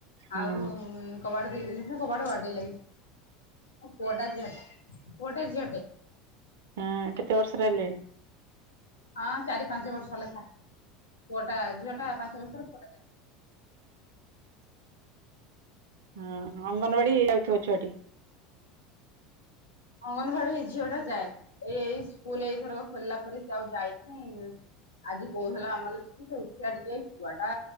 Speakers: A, on the right (about 65°); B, on the left (about 80°).
A: ହୁଁ
B: ଆଉ କବାଟ ଦେଇ ଦେଇନି କବାଟ ବାଡେଲାଣି। ମୋ ପୁଟା ଝଟା ପୁଅଟେ ଝୀଅଟେ।
A: ହଁ କେତେ ବର୍ଷ ର ହେଲେଣି?
B: ହଁ ଚାରି ପାଞ୍ଚ ବର୍ଷ ଲେଖା ପୁଅଟା ଝିଅ ଟା ପାଞ୍ଚ ବର୍ଷର ପୁଅଟାା ଚାରି ବର୍ଷର।
A: <inaudible> ହଁ ଅଙ୍ଗନବାଡି ଯାଉଥିବ ଛୁଆଟି?
B: ଅଙ୍ଗନବାଡି ଏ ଝିଅ ଟା ଯାଏ ଏଇ ଏଇ ସ୍କୁଲ ଏଇଥରକ ଖୋଲିଲା ପରେ ସେ ଆଉ ଯାଇନି ଆଜି କୋଉଥିଲେ ମାମାଲି ଯି ସେ ଉଠି ଆ ଟିକେ ଆ ଟା